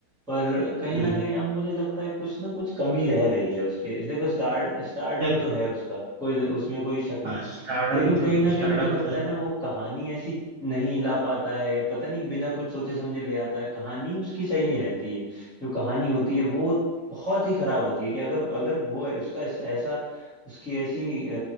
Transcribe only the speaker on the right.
हम्म
देखो
स्टारडम
तो
स्टारडम
तो है